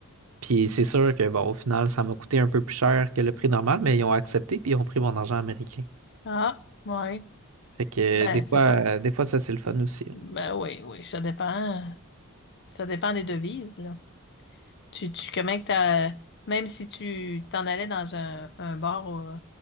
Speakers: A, on the right; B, on the left.
A: Puis c'est sûr que bon, au final, ça m'a coûté un peu plus cher que le prix normal, mais ils ont accepté puis ils ont pris mon argent américain.
B: Ah, ouais.
A: Fait que
B: Ben,
A: euh, des
B: c'est
A: fois,
B: ça.
A: euh, des fois, ça c'est le fun aussi. là.
B: Ben oui, oui, ça dépend. Ça dépend des devises, là. Tu, tu, comment que t'as, même si tu t'en allais dans un, un bar au,